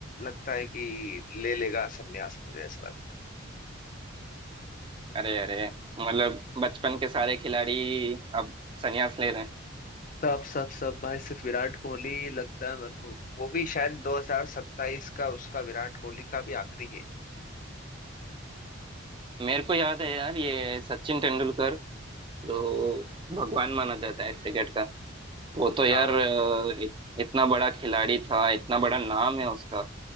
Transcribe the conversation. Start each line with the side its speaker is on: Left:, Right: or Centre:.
Left: लगता है कि ले लेगा संन्यास मुझे ऐसा लगता है
Right: अरे अरे मतलब बचपन के सारे खिलाड़ी अब संन्यास ले रहे हैं
Left: सब सब सब भाई सिर्फ विराट कोहली लगता है मेरे को वो भी शायद 2027 का उसका विराट कोहली का भी आखिरी है
Right: मेरे को याद है यार ये सचिन तेंदुलकर जो भगवान माना जाता है क्रिकेट का वो तो यार
Left: हाँ भाई
Right: अ, इत- इतना बड़ा खिलाड़ी था इतना बड़ा नाम है उसका